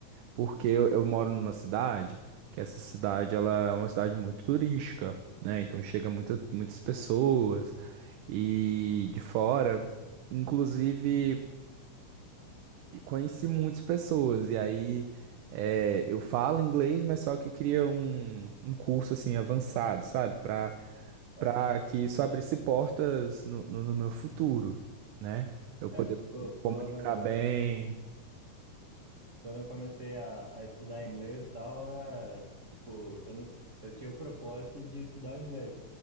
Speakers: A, on the right; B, on the right.
A: Porque eu, eu moro numa cidade que essa cidade ela é uma cidade muito turística, né? Então chega muita, muitas pessoas e de fora. Inclusive, e conheci muitas pessoas. E aí é, eu falo inglês, mas só que eu queria um, um curso assim avançado, sabe? Para
B: Ah,
A: para que isso
B: Sim.
A: abrisse portas no, no, no meu futuro, né? Eu
B: É,
A: poder
B: qu- quando,
A: comunicar bem.
B: quando eu comecei a, a estudar inglês e tal, é, tipo, eu, não- eu tinha o propósito de estudar inglês,